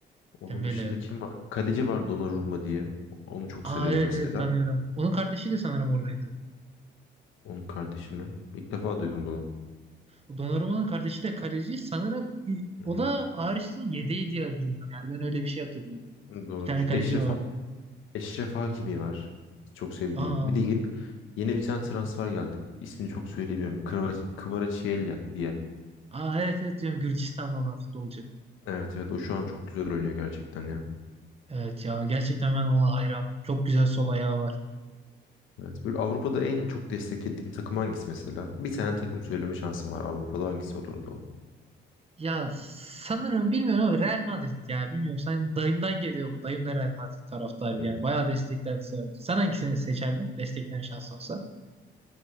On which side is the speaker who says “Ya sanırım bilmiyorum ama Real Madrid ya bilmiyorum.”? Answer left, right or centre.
Right